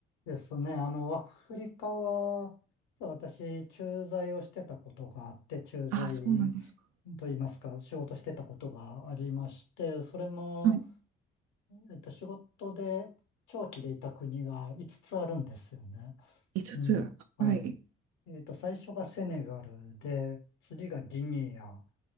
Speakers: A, on the left; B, on the right.
A: ですね。あの、アフリカは、実は私、駐在をしてたことがあって、駐在
B: あ、そうなんですか。
A: といいますか、仕事してたことがありまして、それも、
B: はい。
A: えっと、仕事で長期でいた国が5つつあるんですよね。
B: 5つつ。
A: うん。はい。
B: はい。
A: えっと、最初がセネガルで、次がギニア、